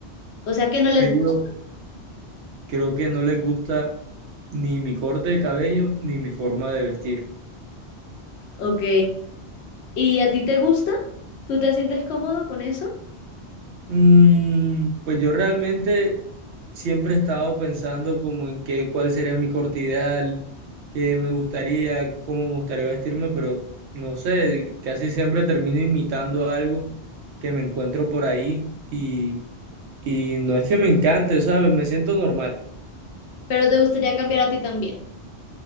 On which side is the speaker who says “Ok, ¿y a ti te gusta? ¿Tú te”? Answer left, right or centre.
Left